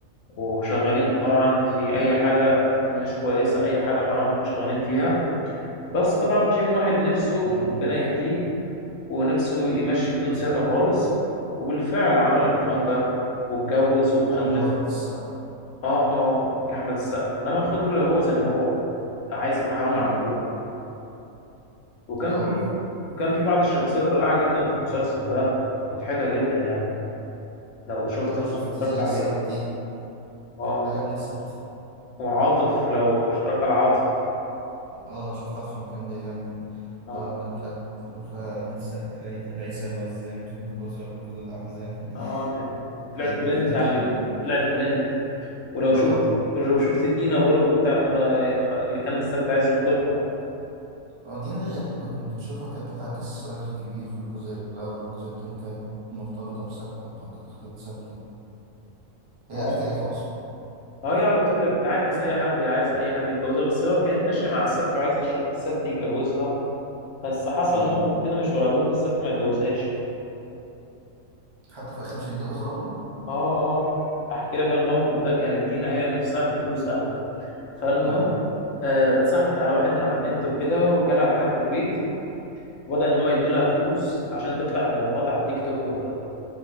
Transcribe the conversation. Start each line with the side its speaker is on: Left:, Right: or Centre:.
Left: وشغالين طبعا في اي حاجة مش كويسة اي حاجة حرام شغالين فيها بس طبعا في يوم واحد نفسه
Right: مم.
Left: ربنا يهديه ونفسه يمشي بدون سرقة خالص وبالفعل عمل الكلام ده واتجوز وخلف
Right: ده اللي هو أحمد السقا
Left: اه اه احمد السقا انما خضر هو زي ما هو عايز يبقى حرامي
Right: مم.
Left: على طول وكان
Right: اه
Left: في وكان في بعض الشخصيات الرائعة جدا في المسلسل ده مضحكة جدا يعني لو شفت
Right: اه
Left: اللي
Right: شفت
Left: اتفرجت
Right: زي
Left: عليه
Right: سبتي
Left: اه
Right: عجبني سبتي
Left: وعاطف لو اشتركت على عاطف
Right: اه شفت عارف لما كان بيغني
Left: اه
Right: لا الأغنية بتاعت بيقول فيها نفسي أقتل عيت- عيسى الوزان مش عارف هو سبب كل الأحزان
Left: اه اوكي طلع
Right: <laughs> كانت
Left: ترند
Right: مضحكة
Left: على ال- طلع ترند ولو
Right: اه
Left: شفت لو شفت دينا برضو بتاع امرأة- اللي كان السبت عايز يخطبها
Right: اه دينا دي غريبة كنت بشوفها كانت بتعاكس راجل كبير في الجزء الأول والجزء التاني كانت مرتبطة بسبتي أو كانت خطيبة سبتي هي
Left: اه
Right: إيه حكايتها أصلا؟
Left: اه هي على طول بتعاكس اي حد هي عايزه اي حد يتجوزها بس هو كانت ماشيه مع السبت وعايز الش- السبت يتجوزها بس حصل
Right: مم.
Left: موقف كده مش ولا بد السبت ما اتجوزهاش
Right: حتى في الآخر مش هيتجوزها برضو؟
Left: اه اه احكي لك الموقف ده كانت دينا هي نفسها في الفلوس قوي فالمهم
Right: مم.
Left: آه، اتصاحبت على واحد من على النت وكده وجالها لحد البيت وبدأ إن هو يديلها فلوس عشان تفتح لايفات على التيك توك وكده